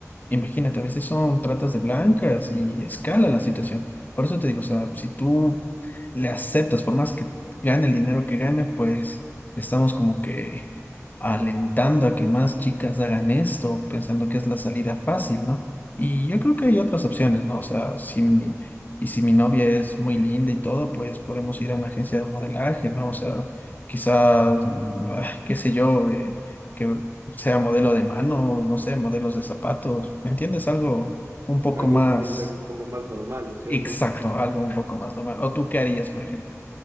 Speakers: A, on the left; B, on the right.
A: Imagínate, a veces son tratas de blancas y escala
B: Ujú,
A: la situación. Por eso te digo, o sea, si tú le aceptas, por más que gane el dinero que gane, pues estamos como que alentando a que más chicas hagan esto, pensando que es la salida fácil, ¿no? Y yo creo que hay otras opciones, ¿no? O sea, si mi, y si mi novia es muy linda y todo, pues podemos ir a una agencia de modelaje, ¿no? O sea, quizás, mm, ah, qué sé yo, eh, que sea modelo de manos, no sé, modelos de zapatos, ¿me entiendes? Algo un poco
B: Algo
A: más
B: diferente, algo un poco más normal, ¿no es cierto?
A: exacto, algo un poco más normal. ¿O tú qué harías, por ejemplo?